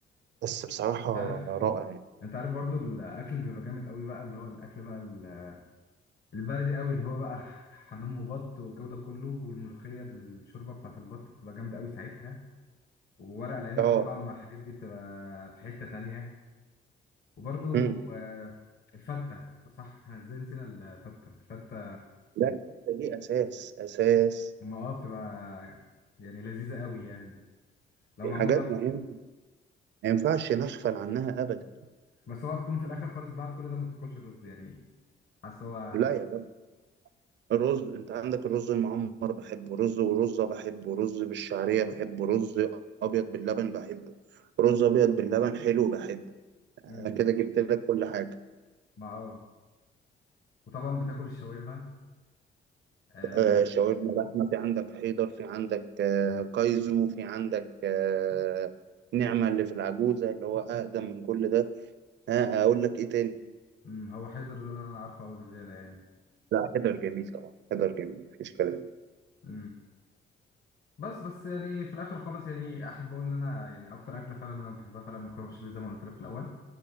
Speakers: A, on the right (about 65°); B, on the left (about 50°).
A: بس بصراحة
B: انت عارف
A: رائع يعني
B: انت عارف برضو الاكل اللي بيبقى جامد قوي بقى اللي هو الاكل بقى ال- البلدي قوي اللي هو بقى ح- حمام وبط والجو ده كله والملوخيه بالشوربه بتاعت البط بتبقى جامده قوي ساعتها وورق العنب
A: اه
B: طبعا مع الحاجات دي بتبقى في حته تانية وبرضو
A: امم
B: آه الفته صح احنا ازاي نسينا الفته الفته
A: لا الحته دي اساس اساس
B: ما اه بتبقى يعني لذيذه قوي يعني لو
A: دي
B: معموله
A: حاجات مهمة ما ينفعش نغفل عنها ابدا
B: بس هو تكون في الاخر خالص بعد كل ده ما بتاكلش الرز يعني اصل هو
A: لا يا بابا الرز انت عندك الرز المعمر بحبه رز ورزة بحبه رز بالشعرية بحبه رز ابيض باللبن بحبه رز ابيض باللبن حلو بحبه انا
B: مم.
A: كده جبت لك كل حاجة
B: ما اه وطبعا بتاكل الشاورما آه
A: آه، شاورما لحمة في عندك حيدر في عندك آه، كايزو في عندك آه، نعمة اللي في العجوزة اللي هو أقدم من كل ده آه، أقول لك إيه تاني؟
B: أمم، هو حيدر ده اللي انا عارفه قوي بزياده يعني
A: لا حيدر جميل طبعا حيدر جميل مفيش كلام
B: امم بس بس يعني في الاخر خالص يعني احب اقول ان انا يعني اكتر اكله فعلا انا بحبها فعلا مكرونه بشاميل زي ما أنا قلت لك في الاول